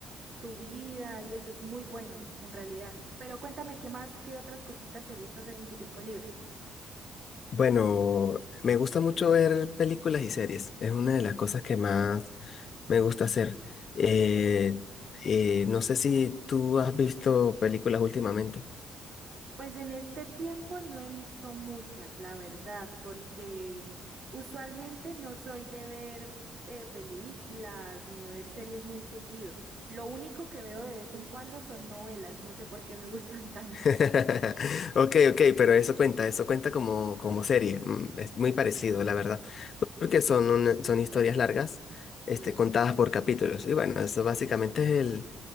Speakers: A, on the right; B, on the left.
A: tu vida y eso es muy bueno en realidad. Pero cuéntame qué más, qué otras cositas te gusta hacer en tu tiempo libre.
B: Bueno, me gusta mucho ver películas y series. Es una de las cosas que más me gusta hacer. Eh, eh, no sé si tú has visto películas últimamente.
A: Pues en este tiempo no he visto muchas, la verdad, porque usualmente no soy de ver eh, películas ni de ver series muy seguido. Lo único que veo de vez en cuando son novelas, no sé por qué me <laughs> gustan tanto.
B: <laughs> Ok, ok, pero eso cuenta, eso cuenta como, como serie. mm, Es muy parecido, la verdad. Porque son, una- son historias largas,
A: Sí.
B: este, contadas por capítulos. Y bueno, eso básicamente es el,